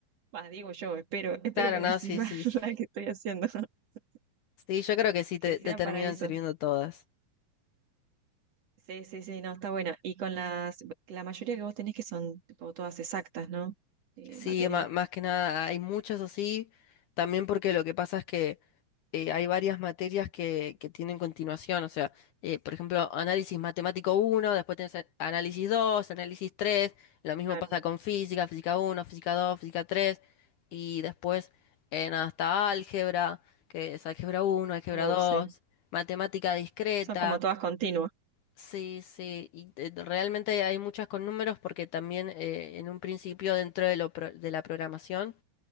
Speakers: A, on the right; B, on the left.
A: Bah, digo yo, espero, espero
B: Claro,
A: que
B: no,
A: me sirva
B: sí, sí,
A: <laughs>
B: sí.
A: la que estoy haciendo, <laughs>
B: Sí, yo creo que sí te,
A: que sea
B: te terminan
A: para eso.
B: sirviendo todas.
A: Sí, sí, sí, no, está bueno Y con las, la mayoría que vos tenés que son tipo todas exactas, ¿no? Eh,
B: Sí,
A: materias.
B: ma- más que nada, hay muchas así, también porque lo que pasa es que eh, hay varias materias que, que tienen continuación, o sea, eh, por ejemplo, análisis matemático uno, después tenés a- análisis 2, análisis tres, lo mismo
A: Claro.
B: pasa con física, física uno, física 2, física tres, y después en hasta álgebra, que es álgebra uno, álgebra
A: Uh,
B: 2,
A: sí.
B: matemática discreta,
A: Son como todas continuas.
B: sí, sí, y te- realmente hay muchas con números porque también eh, en un principio dentro de, lo pro- de la programación,